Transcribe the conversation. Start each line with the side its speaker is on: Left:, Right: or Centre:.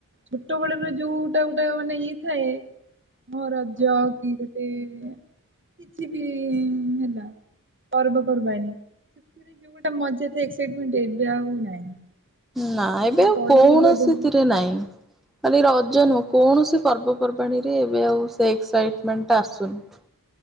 Right: ଛୋଟ ବେଳର ଯୋଉଟା ଗୋଟା ମାନେ ଇଏ ଥାଏ। ହଁ ରଜ କି ଗୋଟେ କିଛି ବି ହେଲା ପର୍ବପର୍ବାଣି ସେଥିରେ ଯୋଉ ଗୋଟା ମଜା ଥାଏ ଏକ୍ସାଇଟମେଣ୍ଟ ଏବେ ଆଉ ନାହିଁ।
Centre: ନା
Right: କାରଣ
Centre: ଏବେ ଆଉ
Right: ବଡ
Centre: କୌଣସି
Right: ହେଲେ ବହୁ
Centre: ଥିରେ ନାଇଁ। ଖାଲି ରଜ ନୁହଁ କୌଣସି ପର୍ବପର୍ବାଣି ରେ ଏବେ ଆଉ ସେ ଏକ୍ସାଇଟମେଣ୍ଟ ଟା ଆସୁନି।